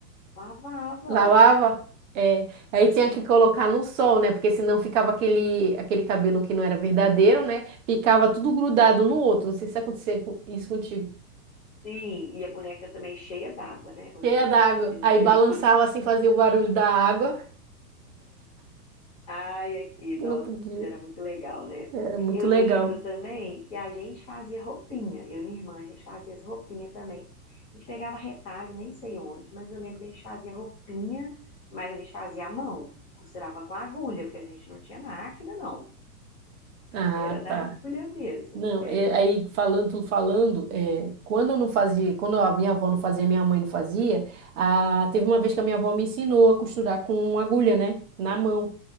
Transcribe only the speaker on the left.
lavava.
Sim, e a boneca também cheia d'água, né? Ô,
gente,
meu
Deus.
Ai, aqui, nossa,
mas era muito legal, né?
Eu
lembro também que a gente fazia roupinha, eu e minha irmã, a gente fazia as roupinhas também. A gente pegava retalho, nem sei onde, mas eu lembro que a gente fazia roupinha, mas a gente fazia à mão, costurava com agulha, porque a gente não tinha máquina, não.
Era na
agulha mesmo,
é,